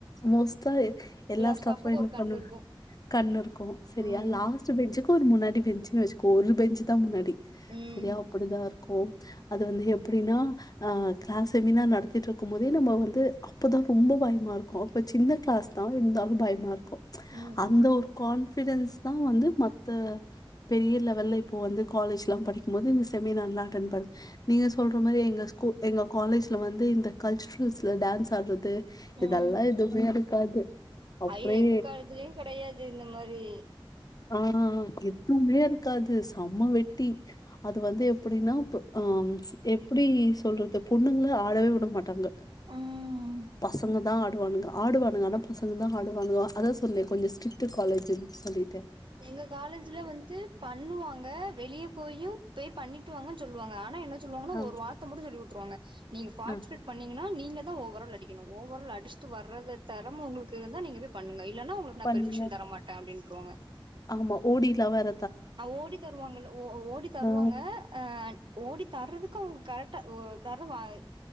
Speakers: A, on the left; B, on the right.
A: மோஸ்ட் எல்லா ஸ்டாஃப்
B: ஸ்டாஃபுக்கு
A: என்ன
B: ஒரு கண்ணு
A: பண்ண
B: இருக்கு
A: கண்ணு இருக்கு சரியா
B: ம்
A: லாஸ்ட் பெஞ்சு ஒரு முன்னாடி பெஞ்சுன் வச்சுக்கோ ஒரு பெஞ்சு தா முன்னாடி
B: ம்
A: சரியா அப்டிதா இருக்கு அது வந்து எப்டின்னா ஆ கிளாஸ் செமினார் நடத்திட்டு இருக்கு போதே நம்ம வந்து அப்பதா ரொம்ப பயமா இருக் கு இப்ப சின்ன கிளாஸ் தா இருந்தாலு பயமா இருக்கு
B: ம்
A: அந்த
B: ம்
A: ஒரு கான் ஃபிடன்ஸ் தா வந்து மத்த பெரிய லெவல்ல இப்ப வந்து காலேஜ் படிக்குபோது இந்த செமினார்ல அட்டன் பன் நீங்க சொல்ற மாரி எங்க ஸ்கூ எங்க காலேஜ்ல வந்து இந்த க ல்ச்சுரல்ஸ்ல டான்ஸ் ஆடுறது
B: ம்
A: இதெல்லா எதுவுமே இருக்காது அப்ரே
B: ஐயோ எங்க காலேஜ்லயு கெடையாது இந்த மாரி
A: ஆ எதுவுமே இருக்காது து செம்ம வெட்டி அது வந்து எப்டின்னா போ ஆ எப்டி சொல்றது பொண்ணுங்கள ஆடவே விட மாட்டாங்க
B: ம்
A: பசங்க தா ஆடுவானுங்கா ஆடுவானுங்க ஆன பசங்க தா ஆடுவானுவங்க அதா சொன்னே கொஞ்சோ ஸ்ட்ரிக்டு காலேஜன்னு சொல்லி
B: எங்க காலேஜ்ல வந்து பண்ணுவாங்க வெளியே போயு போயு பண்ணிட்டு வாங்கன்னு சொல்லுவாங்க ஆனா என்ன சொல்லுவாங்கன்னா
A: ஆ,
B: ஒரு வார்த்த மட்டு சொல்லி குடுத்துருவாங்க நீங்க பார்டிசிபேட்
A: ஆ
B: பண்ணீங்கானா நீங்கதா ஓவரா அடிக்கிணு ஓவரா அடிச்சுட்டு வர்றத தறம உங்களுக்கு இருந்தா நீங்க போய் பண்ணுங்க இல்லன்னா உங்களுக்கு நா
A: பண்ணுங்க.
B: பெர்மிஷ தர மாட்டே அப்டின்ருவாங்க
A: ஆமா ஓடிலா வற
B: அ ஓடி தருவாங்கள்ள ஓ ஓடி தருவாங்க
A: ஆ
B: அ ஓடி தர்றதுக்கு அவுங்க கரெக்டா தரவாய்